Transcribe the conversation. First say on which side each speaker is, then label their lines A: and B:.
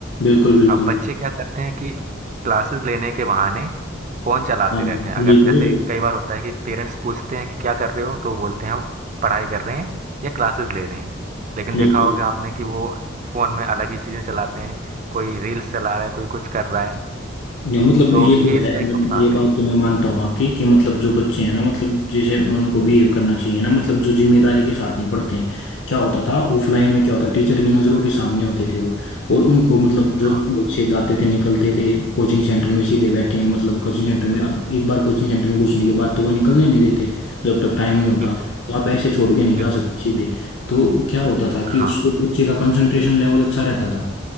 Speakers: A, on the left; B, on the right.
A: बिल्कुल बिल्कुल
B: अब बच्चे
A: बिल्कुल
B: क्या करते हैं कि क्लासेस लेने के बहाने फोन चलाते
A: हाँ
B: रहते हैं अगर
A: ये तो
B: जैसे
A: है,
B: कई बार होता है कि पेरेंट्स पूछते हैं कि क्या कर रहे हो तो बोलते हैं हम पढ़ाई कर रहे हैं या क्लासेस ले रहे हैं लेकिन
A: बिल्कुल
B: देखा होगा आपने कि वो फोन में अलग ही चीजें चलाते हैं कोई रील्स चला रहा है कोई कुछ कर रहा है
A: या मतलब
B: तो
A: ये तो
B: ये
A: है
B: इसका एक
A: मैं
B: नुकसान
A: ये बात
B: है
A: तो मैं मानता हूँ आपकी कि मतलब जो बच्चे हैं ना मतलब जैसे उनको बिहेव करना चाहिए ना मतलब जो जिम्मेदारी के साथ नहीं पढ़ते हैं क्या होता था ऑफलाइन में क्या होता टीचर की नज़रों के सामने होते थे वो और उनको मतलब जो
B: हाँ
A: बच्चे जाते थे निकलते थे कोचिंग सेंटर में सीधे बैठे हैं मतलब कोचिंग सेंटर में अब एक बार कोचिंग सेंटर में घुसने के बाद तो वो निकलने नहीं देते जब तक टाइम नहीं होता
B: बिल्कुल
A: तो आप ऐसे छोड़ के नहीं जा
B: बिल्कुल
A: सकते सीधे तो क्या होता था कि उससे
B: हाँ
A: बच्चे का कंसंट्रेशन लेवल अच्छा रहता था